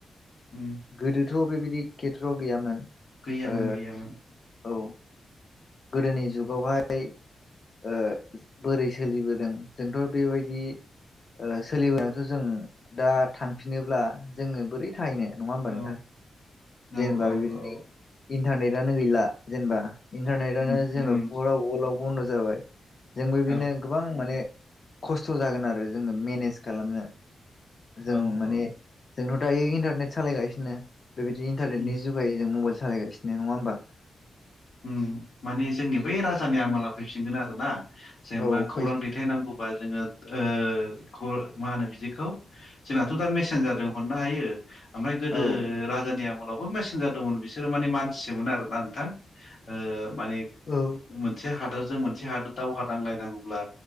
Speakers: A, on the left (about 60°); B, on the left (about 35°).
A: उम
B: गोदोथ' बेबायदि खेथ्र' गैयामोन
A: गैयामोन
B: ओ
A: गैयामोन
B: औ गोदोनि जुगावहाय ओ बोरै सोलिबोदों जोंथ' बेबायदि ओ सोलिबोनायावथ' जों दा थांफिनोब्ला जोङो बोरै थाहैनो नङा होमबा
A: औ
B: नोंथां
A: औ
B: जेनेबा बेबायदिनो
A: औ
B: इन्टारनेट नेटानो गैला जेनेबा इन्टारनेटानो
A: उम
B: जेनेबा
A: उम
B: फुरा वर्ल्डआव बन्द' जाबाय जोंबो बिदिनो
A: औ
B: गोबां माने खस्थ' जागोन आरो जोङो मेनेज खालामनो। जों
A: औ
B: माने
A: औ
B: जोंथ' दायो इन्टारनेट सालायगासिनो बेबायदि इन्टारनेटनि
A: उम
B: जुगै जों मबाइल सालायगासिनो नङा होमबा?
A: उम माने जोंनि बै राजानि आमोलाव फैफिनगोन आरो ना। जेनेबा
B: औ फै
A: खौरां दैथायनांगौबा जोङो ओ ख मा होनो बिदिखौ जोंनाथ' दा मेसेन्जारजों हरनो हायो। ओमफ्राय गोदो
B: औ
A: राजानिया आमोलावबो मेसेन्जार दंमोन बिसोरो माने मानसिममोन आरोना नोंथां। ओ माने
B: औ
A: मोनसे हादोर जों मोनसे हादत दावहा नांलायनांगौब्ला